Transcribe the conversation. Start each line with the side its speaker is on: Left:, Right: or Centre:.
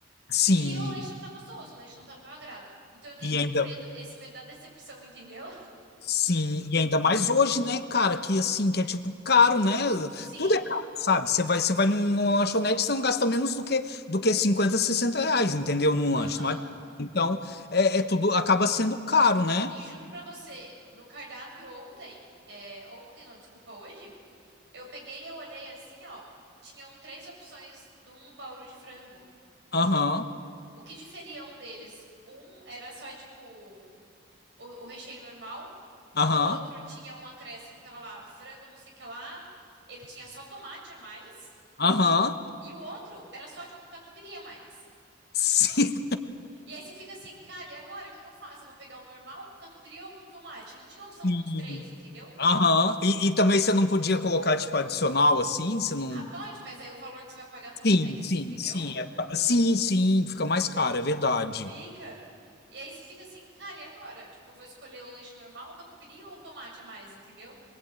Left: Sim.
Right: e o lanche não tá gostoso, o lanche não tá do meu agrado. Então eu tenho
Left: E
Right: muito
Left: ainda.
Right: medo, esse medo da decepção, <laughs> entendeu?
Left: Sim, e ainda mais hoje, né, cara, que assim, que é tipo caro, né?
Right: Sim,
Left: Tudo é caro, sabe? Você vai, você vai num- numa lanchonete, você não gasta menos do que do que 50 60 reais, entendeu? Num
Right: aham.
Left: lanche. Não adianta. Então, é, é tudo acaba sendo caro, né?
Right: E juro pra você, no cardápio ontem, é, ontem não, desculpa, hoje, eu peguei e eu olhei assim, ó, tinham três opções de um bauru de frango.
Left: Aham,
Right: O que diferia um deles? Um era só, tipo, o, o recheio normal,
Left: aham,
Right: o outro tinha um acréscimo, tava lá, frango não sei o que lá, ele tinha só tomate a mais,
Left: aham.
Right: e o outro era só, tipo, um catupiry a mais.
Left: Sim.
Right: E aí você fica assim, cara, e agora, o que que eu faço? Eu vou pegar o normal com catupiry ou com tomate? Não tinha opção
Left: Sim.
Right: com os três, entendeu?
Left: Aham. E, e também você não podia colocar, tipo, adicional assim? Você não.
Right: Ah, pode, mas aí o valor que você vai pagar não compensa,
Left: Sim, sim,
Right: entendeu?
Left: sim. é ca- Sim, sim, fica mais caro, é verdade.
Right: Fica. E aí você fica assim, cara, e agora? Tipo, eu vou escolher o lanche normal, um catupiry ou tomate a mais, entendeu?